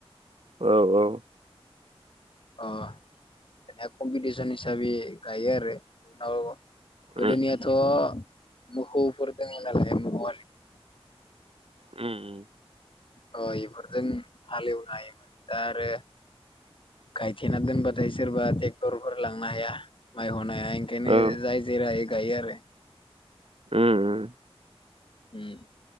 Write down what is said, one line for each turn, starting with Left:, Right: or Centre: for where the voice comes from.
Right: औ औ।
Left: अ कम्पिटिसन हिसाबै गायो आरो। नाव गोदोनियाथ'
Right: उम
Left: मोखुब। <unintelligible>
Right: उम।
Left: अ इफोरजों हालेवनो हायोमोन दा आरो गायथेना दोनबाथाय सोरबा टेक्टरफोर लांनो हाया माइ <unintelligible>
Right: औ
Left: <unintelligible> गायो आरो।
Right: उम।
Left: उम।